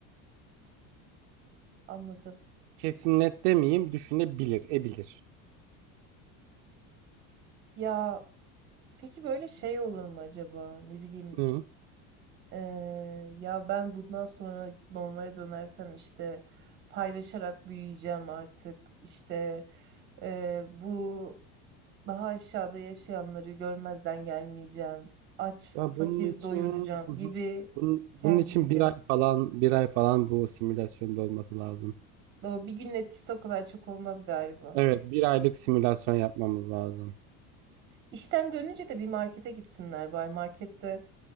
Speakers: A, on the right; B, on the right.
A: anladım.
B: Kesin net demeyeyim, düşünebilir, ebilir.
A: Ya peki böyle şey olur mu acaba? Ne bileyim.
B: Hı.
A: Ee, ya ben bundan sonra normale dönersem işte paylaşarak büyüyeceğim artık. İşte ee, bu daha aşağıda yaşayanları görmezden gelmeyeceğim. Aç,
B: Ya
A: fakir
B: bunun için
A: doyuracağım
B: Hı hı.
A: gibi
B: bunun,
A: kendince.
B: bunun için bir ay falan bir ay falan bu simülasyonda olması lazım.
A: O bir günün etkisi o kadar çok olmaz galiba.
B: Evet, bir aylık simülasyon yapmamız lazım.
A: İşten dönünce de bir markete gitsinler bari. Markette